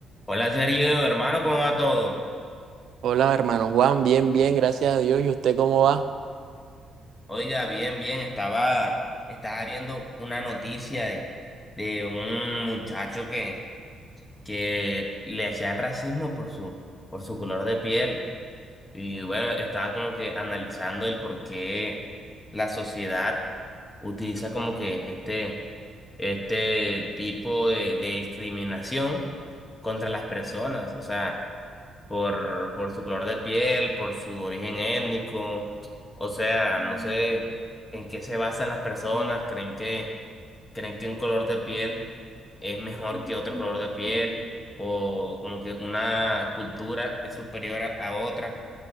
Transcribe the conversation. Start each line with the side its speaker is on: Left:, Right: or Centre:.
Left: Hola Sergio, hermano, ¿cómo va todo?
Right: Hola, hermano Juan, bien, bien, gracias a Dios. ¿Y usted cómo va?
Left: Oiga, bien, bien, estaba, estaba viendo una noticia de, de un muchacho que, que le hacían racismo por su, por su color de piel. Y bueno, estaba como que analizando el por qué la sociedad utiliza como que este, este tipo de, de discriminación contra las personas. O sea, por, por su color de piel, por su origen étnico. O sea, no sé en qué se basan las personas, creen que, creen que un color de piel es mejor que otro <laughs> color de piel, o como que una cultura es superior a, a otra.